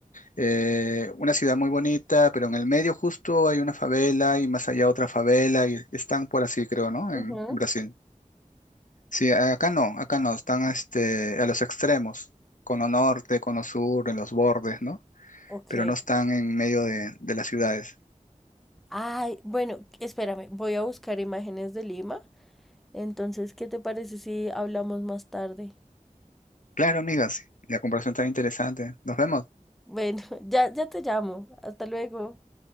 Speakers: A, on the left; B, in the centre.
A: eh, una ciudad muy bonita, pero en el medio justo hay una favela y más allá otra favela y están por así, creo, ¿no?
B: ujú,
A: En, en Brasil. Sí, acá no, acá no, están, este, a los extremos, cono norte, cono sur, en los bordes, ¿no?
B: Ok.
A: pero no están en medio de, de las ciudades.
B: Ay, bueno, espérame, voy a buscar imágenes de Lima Entonces, ¿qué te parece si hablamos más tarde?
A: Claro, amigas, la comparación está interesante. Nos vemos.
B: Bueno, <laughs> ya, ya te llamo. Hasta luego.